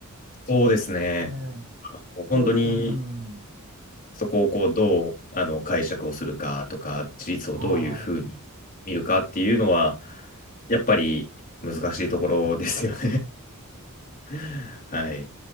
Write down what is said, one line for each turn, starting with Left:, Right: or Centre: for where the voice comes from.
Left: そうですね。
Right: ええ
Left: もう本当に
Right: そういう、うん、
Left: そこをこうどうあの解釈をするかとか、自立をどういうふうに見るかっていうのは、
Right: はい。
Left: やっぱり難しいところですよね。<laughs> はい。